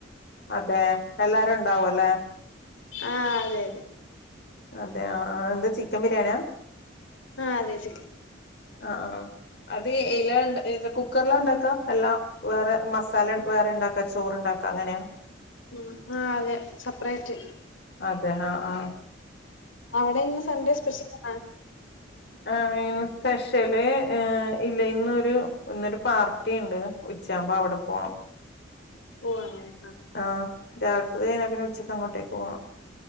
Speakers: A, on the left; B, on the left.
A: അതെ എല്ലാരും ഒണ്ടാവും അല്ലേ?
B: ആഹ് അതെ അതെ.
A: അതെ ആ എന്താ ചിക്കൻ ബിരിയാണിയാ?
B: ആഹ് അതെ ചിക്കൻ
A: ആഹ് ആ അത് ഏയിലാണ്ടാ കുക്കറിലാ ഒണ്ടാക്കുവാ എല്ലാം വേറെ മസാല വേറെണ്ടാക്ക് <unintelligible> ചോറുണ്ടാക്കാ അങ്ങനെയാ?
B: ഉ ആ അതെ സെപ്പറേറ്റ്
A: അതെ ആഹ് ആഹ്
B: അവിടെ ഇന്ന് സൺഡേ സ്പെഷ്യൽ ആഹ്
A: ആ ഇന്ന് സ്പെഷ്യല് എ ഇല്ല ഇന്നൊരു ഇന്നൊരു പാർട്ടിണ്ട് ഉച്ചയാമ്പോ അവിടെ പോണം.
B: ഓ അങ്ങനെ.
A: ആഹ് രാവിലത്തത് കഴിഞ്ഞാ പിന്നെ ഉച് ചക്ക് അങ്ങേട്ടേക്ക് പോണം.